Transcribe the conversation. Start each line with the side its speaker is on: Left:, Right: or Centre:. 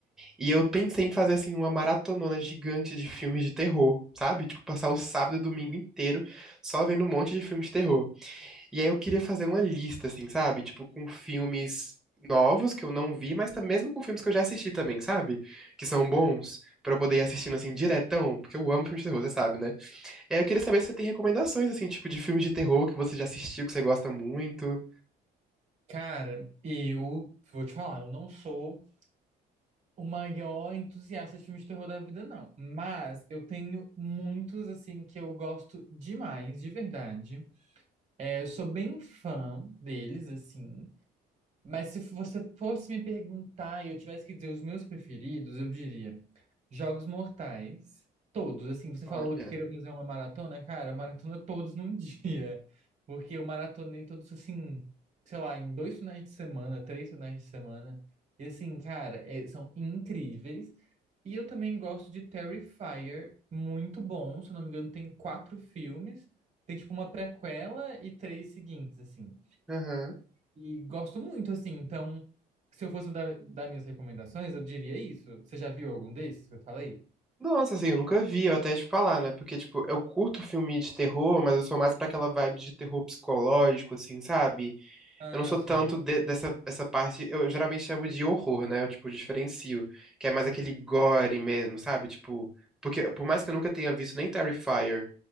Centre: E eu pensei em fazer, assim, uma maratonona gigante de filmes de terror, sabe? Tipo, passar o sábado e o domingo inteiro só vendo um monte de filmes de terror. E aí eu queria fazer uma lista, assim, sabe? Tipo, com filmes novos que eu não vi, mas tam- mesmo com filmes que eu já assisti também, sabe? Que são bons, pra eu poder ir assistindo, assim, diretão, porque eu amo filme de terror, você sabe, né? E aí eu queria saber se você tem recomendações, assim, tipo, de filme de terror que você já assistiu, que você gosta muito.
Right: Cara, eu vou te falar, eu não sou o maior entusiasta de filmes de terror da vida, não. Mas eu tenho muitos, assim, que eu gosto demais, de verdade. É, eu sou bem fã deles, assim. Mas se você fosse me perguntar e eu tivesse que dizer os meus preferidos, eu diria Jogos Mortais, todos. Assim, você falou
Centre: Olha,
Right: que queria fazer uma maratona, cara, maratona todos num <laughs> dia. Porque eu maratonei todos assim, sei lá, em dois finais de semana, três finais de semana. E assim, cara, é- são incríveis. E eu também gosto de Terrifier, muito bom. Se eu não me engano, tem quatro filmes. Tem tipo uma prequela e três seguintes, assim.
Centre: aham.
Right: E gosto muito, assim. Então, se eu fosse dar, dar minhas recomendações, eu diria isso. Você já viu algum desses que eu falei?
Centre: Nossa, assim, eu nunca vi, eu até ia te falar, né? Porque, tipo, eu curto filme de terror, mas eu sou mais pra aquela vibe de terror psicológico, assim, sabe?
Right: Ah,
Centre: Eu não sou
Right: sim.
Centre: tanto de- dessa essa parte, eu geralmente chamo de horror, né? Eu, tipo, diferencio, que é mais aquele gore mesmo, sabe? Tipo, porque por mais que eu nunca tenha visto nem Terrifier